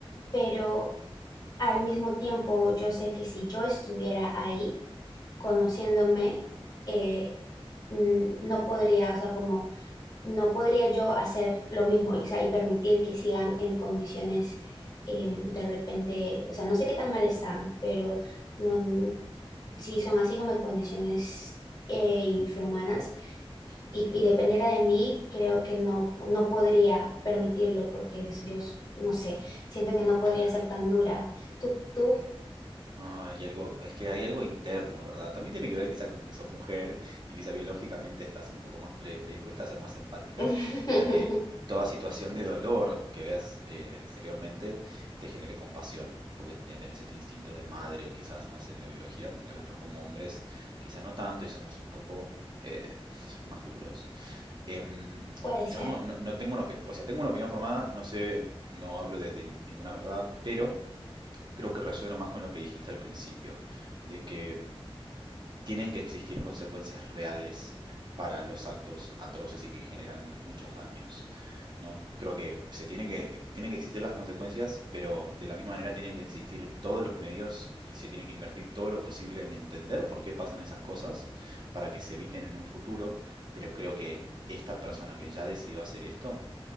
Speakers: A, on the left; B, on the right.
A: pero al mismo tiempo, yo sé que si yo estuviera ahí, conociéndome, eh, mm, no podría, o sea, como no podría yo hacer lo mismo y, o sea, y permitir que sigan en condiciones em, de repente, o sea, no sé qué tan mal están, pero no sí, son así como condiciones eh, infrahumanas.
B: Mm, sí,
A: Y, y dependiera de mí, creo que no, po- no podría permitirlo porque es- yo, s- no sé, siento que no podría
B: claro.
A: ser tan dura. Tú, tú,
B: Ah, hay algo, es que hay algo interno, ¿verdad? También tiene que ver quizá con que sos mujer y quizá biológicamente estás un poco más pre- predispuesta a ser más empática
A: <laughs>
B: y a que toda situación de dolor que veas eh, exteriormente te genere compasión, porque te- tenés este instinto de madre quizás más en la biología y nosotros como hombres quizá no tanto y somos un poco eh, más duros. Em,
A: puede ser,
B: yo no, no, no tengo una, opi- o sea, tengo una opinión formada, no sé, no hablo desde ninguna verdad, pero creo que resueno más con lo que dijiste al principio, de que mm, tienen que existir consecuencias reales para los actos atroces y que generan muchos daños, ¿no? Creo que se tiene que, eh, tienen que existir las consecuencias, pero de la misma manera tienen que existir todos los medios y se tiene que invertir todo lo posible en entender por qué pasan esas cosas para que se eviten en un futuro, pero creo que esta persona que ya decidió hacer esto,